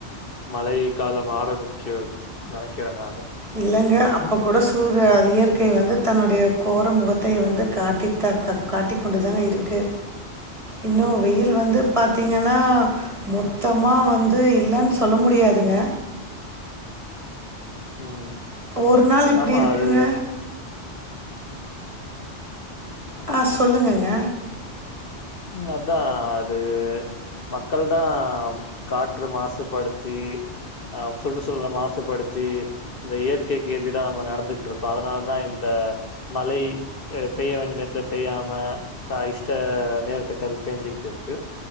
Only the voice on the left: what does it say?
மழை காலம் ஆரம்பிக்கரது நனைக்கிறே நானு
ம்
ஆமா.
அது
ம் அத்தா அது மக்கள்தா காற்று மாசுப்படுத்தி ஆ சுற்றுசூழல மாசுப்படுத்தி இந்த இயற்கைக்கு எதிரா நம்ம நடந்துகுட்ருக்கோ அதனாலதா இந்த மழை பெய்ய வேண்டிய நேரத்துல பெய்யாம தா இஷ்ட நேர கரு பேஞ்சிக்குட்டு இருக்கு